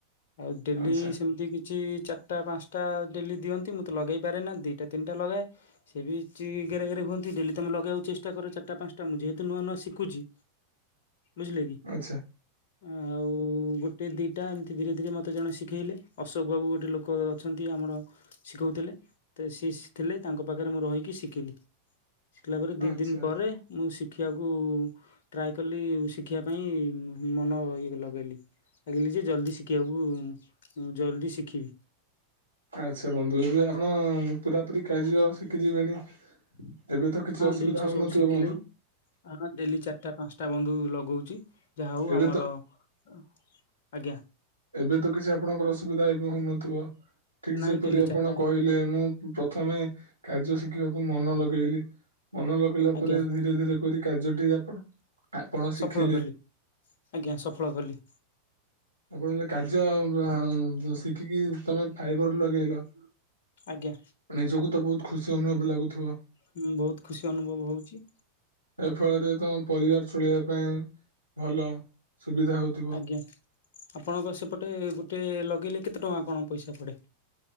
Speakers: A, on the left (about 55°); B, on the right (about 85°).
A: ଆଉ ଡେଲି
B: ଆଚ୍ଛା
A: ସେମିତି କିଛି ଚାରିଟା ପାଞ୍ଚଟା ଡେଲି ଦିଅନ୍ତି ମୁଁ ତ ଲଗାଇପାରେ ନା ଦୁଇଟା ତିନିଟା ଲଗାଏ। ସିଏ ବି କିଛି ଗେରେ, ଗେରେ ହୁଅନ୍ତି ଡେଲି ତମେ ଲଗେଇବାକୁ ଚେଷ୍ଟ କର ଚାରିଟା ପାଞ୍ଚଟା। ଯେହେତୁ ମୁଁ ନୂଆ, ନୂଆ ଶିଖୁଛି
B: <inaudible>
A: ବୁଝିଲେ କି
B: ଆଚ୍ଛା
A: ଆଉ ଗୋଟେ ଦିଟା ଏମିତି ଧୀରେ ଧୀରେ ମୋତେ ଜଣେ ଶିଖେଇଲେ ଅଶୋକ ବାବୁ ଗୋଟେ ଲୋକ ଅଛନ୍ତି ଆମର ଶିଖଉଥିଲେ, ତ ସିଏ ଥିଲେ ତାଙ୍କ ପାଖରେ ମୁଁ ରହିକି ଶିଖିଲି। ଶିଖିଲା ପରେ ଦି
B: ଆଚ୍ଛା
A: ଦିନ
B: ଆଚ୍ଛା।
A: ପରେ ମୁଁ ଶିଖିବାକୁ ଟ୍ରାଏ କଲି ଶିଖିବା ପାଇଁ ମନ ଲଗେଇଲି, ଲଗିଲି ଯେ ଜଲଦି ଶିଖିବାକୁ ଜଲ୍ଦି ଶିଖିବି।
B: ଆଚ୍ଛା ବନ୍ଧୁ, ଏ ଆପଣ ପୁରାପୁରି କାଯ୍ୟ ଶିଖି ଯିବେଣି? ଏବେ ତ କିଛି ଅସୁବିଧା
A: ଜିନିଷ
B: ହଉନଥିବ
A: ସବୁ ଶିଖିଲିଣି
B: ବନ୍ଧୁ?
A: ହଁ ଡେଲି ଚାରିଟା ପାଞ୍ଚଟା ବନ୍ଧୁ ଲଗଉଛି, ଯାହା ହଉ
B: ଏବେ
A: ଆମର
B: ତ
A: ହ ଆଜ୍ଞା।
B: ଏବେ ତ କିଛି ଆପଣଙ୍କର ଅସୁବିଧା ଏବେ ହଉନଥିବ ଠିକ୍
A: ନାଇଁ
B: ଯେପରି
A: ଡେଲି
B: ଆପଣ
A: ଚାରିଟା
B: କହିଲେ ମୁଁ ପ୍ରଥମେ କାର୍ଯ୍ୟ ଶିଖିବାକୁ ମନ ଲଗେଇଲି। ମନ ଲଗେଇଲା
A: ଆଜ୍ଞା
B: ପରେ ଧୀରେ ଧୀରେ କରି କାର୍ଯ ଟି ଆପଣ ଆପଣ ଶିଖିଲେ।
A: ସଫଳ କଲି। ଆଜ୍ଞା ସଫଳ କଲି।
B: ଆପଣ କାର୍ଯ ଶିଖିକି ତମେ ଫାଇବର ଲଗେଇଲ।
A: ଆଜ୍ଞା।
B: ନିଜକୁ ତ ବୋହୁତ୍ ଖୁସି ଅନୁଭବ ଲାଗୁଥିବ।
A: ହଁ ବୋହୁତ୍ ଖୁସି ଅନୁଭବ ହଉଛି।
B: ଏ ଫଳରେ ତମ ପରିବାର ଚଳେଇବା ପାଇଁ ଭଲ ସୁବିଧା ହଉଥିବ।
A: ଆଜ୍ଞା ଆପଣଙ୍କ ସେପଟେ ଗୋଟେ ଲଗେଇଲେ କେତେ ଟଙ୍କା କଣ ପଇସା ପଡେ?